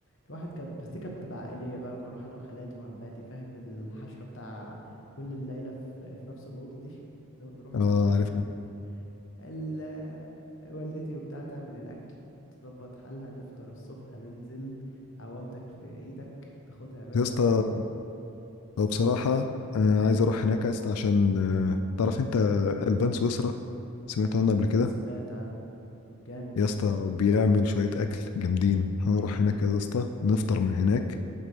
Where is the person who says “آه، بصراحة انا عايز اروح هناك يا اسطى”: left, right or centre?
Left